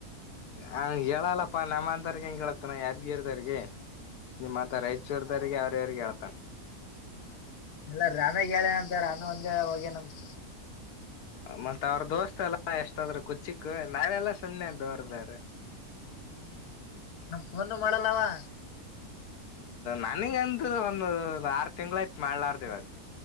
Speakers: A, on the left (about 80°); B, on the left (about 50°).
A: ಹ ಹೇಳಲ್ಲಪ್ಪ ನಮ್ಮಂತ ರ್ ಹೆಂಗಗಳತನ ಯಾದ್ಗೀರದರ್ಗೆ ನಿಮ್ಮತ್ರ ರೈತ್ಚೂರ್ದರಿಗೆಗೆ ಅವ್ರ ಯವ್ರಿಗೆ ಆತ
B: ಎಲ್ಲ ರಾಮೇಗ್ ಹೇಳೇನಂತ ರಾಮೆ ಒಂದೇ ಹೋಗೇನಂತ
A: ಮತ್ತ ಅವ್ರ ದೋಸ್ತ್ ಎಲ್ಲಾ ಎಷ್ಟಾದ್ರರು ಕುಚಿಕ್ಕ ನಾವೆಲ್ಲಾ ಸುಮ್ನೆ ದೋರ್ರ
B: ಹ್ಮ ನಮ್ ಫೋನು ಮಾಡಲ್ಲವಾ
A: ನನಗಂತ ಒಂದು ಆರು ತಿಂಗ್ಗಳಾಯಯತು ಮಾಡ್ಲಾರ್ದವ ಅದ